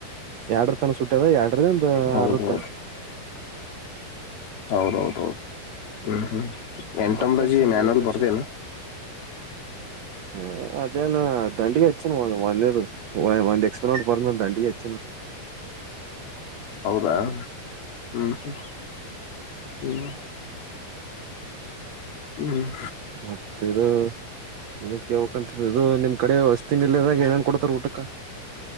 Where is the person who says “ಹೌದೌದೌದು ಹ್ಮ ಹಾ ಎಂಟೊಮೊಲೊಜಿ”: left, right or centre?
Left